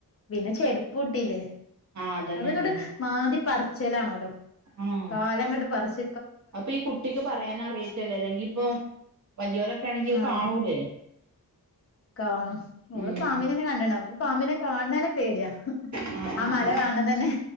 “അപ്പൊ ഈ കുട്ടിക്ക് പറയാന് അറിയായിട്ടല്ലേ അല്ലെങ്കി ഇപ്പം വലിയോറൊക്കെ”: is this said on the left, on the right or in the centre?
Right